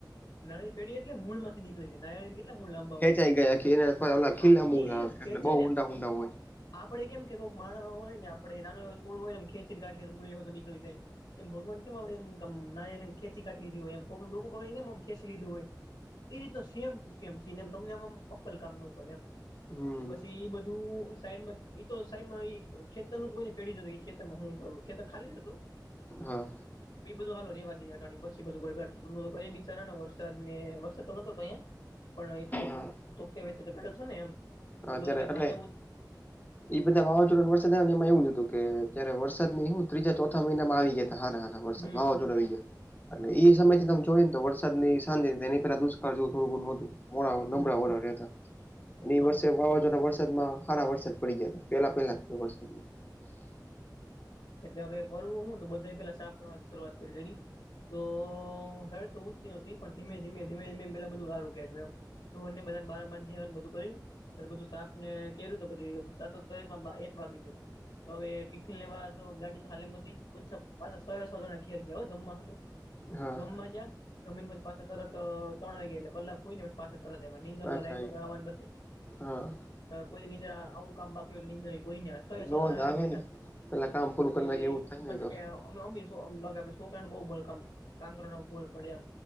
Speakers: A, on the left (about 85°); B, on the left (about 25°).
A: હ નાળ પેઢી એટલે મૂળ માંથી નીકળી જાય નાયળીને કેટલા મૂળ લાંબા
B: ખેંચાઈ
A: હોય
B: ગયા કે એના ઓલા ખીલા
A: આખી
B: મૂળ આવે
A: ખે
B: એટલે
A: છે
B: બહુ ઊંડા
A: ને
B: ઊંડા હોય
A: આપડે કેમ કે કોઈક માણ હોય ને આપણે નાનું છોડું હોય ને ખેંચીને ગાઢ લ મૂી હોય તો નીકળી જાય એમ ભગવાન કેમ આપડે એમ ને ખેચી કાઢ લીધી હોય એમ લોકોમ ખેચી લીધું હોય એવી રીત સેમ ટ સમ સ તમને આ અક્કલ કામ ન કરે એમ
B: હમ
A: પછી બધું સાઈડમાં એતો સાઈડમાં ખેતર ન તો કોઈને પેઢું ખેતરમાં હ ખેતર ખાલી જ હતું
B: હા
A: એ બધું હાલો રેવા દઈટાણીી બચાર વરસાદ ને વરસાદ તો પણ પો થ
B: હા
A: ને એમ તો બધું
B: અત્યારે
A: ક
B: એટલે
A: ખાસ
B: એ બધા વાવાઝોડા વરસાદ આવ એમાં એવું હતું કે જ્યારે વરસાદ ની હું ત્રીજા ચોથા મહિના માં આવી ગયા હતા હાર વરસાદ
A: હમ
B: વાવા જોડ ગાય એટલે એ સમય તમે જોઈ ને તો વરસાદ ની સાંજે એની પેલા દુ થોડું ઘ મોડા
A: હમ
B: નબળા વળ રહેતા એ
A: હા
B: વર્ષે વાવાઝોડા વર્ષ વરસાદમાં સાર વરસાદ પડી ગયા પેલા પેલા વરસાદમાં
A: એટલે હવે કરવું હું તો બધા પેલા સાપ કરવાની શરૂઆત કરી છેેડી તો હર તો હું જતી નથીતી પણ ધીમે ધીમે ધીમે ધમે એ પેલા બધું સારું કેું એમ ધોરને બધાને બાર બાંધવાને બધું કર્યું અ બધું સાપ ને કે્યું તો પછી આ ત એક વાગી જો તો હવે ટિફિન લેવા તો ગાડીાલીમ પાછા છો છો જણા ઘિર ગયા જમવા હતું
B: હા
A: જમવાજ્યા જમીન પછ પાછ તત તણ ગલા કલાક કોઈને પાછ તરનીંદર
B: પાછા
A: લાઈટ વગર આવવાનું નથી
B: હા
A: કોઈ નીંદ્ર આવું કામ બાકી હો નીંદર કોઈ છ એ સો
B: નોંધ
A: જણાને
B: આવે
A: બેઠા
B: ને
A: હતા
B: પેલા કામ પૂરું
A: પછી
B: કરી નાખે એવું જ થાય ને
A: પ
B: તો
A: અમે અમી શે છોકરાને બહુ બ કામ કામ કરવા બળ પડે એમ